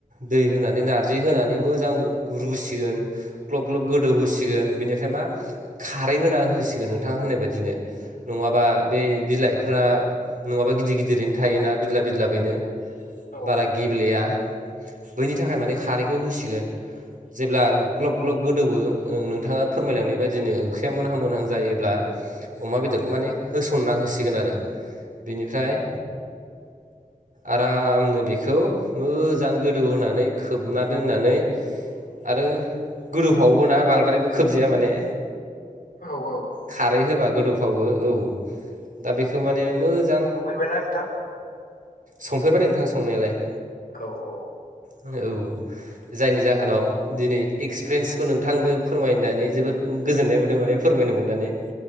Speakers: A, on the right; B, on the left.
A: दै होनानै नारजि होनानै मोजां रुसिगोन ग्लब ग्लब गोदौ होसिगोन बिनिफ्राय मा खारै होना होसिगोन नोंथाङा होननाय बाय दिनो नङाबा बे बिलाइफ्रा नङाबा गिदिर गिदिरैनो थायोना बिदलाब बिदलाबयैनो
B: औ
A: बारा गेब्लेया बैनि थाखाय माने खारैखौ होसिगोन जेब्ला ग्लब ग्लब गोदौवो नोंथाङा फोरमायलांनाय बायदिनो ओंख्रिया मोनहां मोनहां जायोब्ला अमा बेदरखौ माने होसनना होसिगोन आरो बिनिफ्राय आरामनो बेखौ मोजां गो दौ होनानै खोबना दोननानै आरो गोदौफावोबोना बांद्रायबो खोबजाया माने
B: औ औ
A: खारै होबा गोदौफ्रावो औ दा बेखौ माने मोजां
B: जायना नोंथां
A: संफेरबाय नोंथां संनायालाय
B: औ औ
A: औ। जायनि जाहोनाव दिनै एक्सपिरियेन्सखौ नोंथांनो फोरमायनानै जोबोद। गोजोननाय मोनदों माने फोरमायनो मोननानै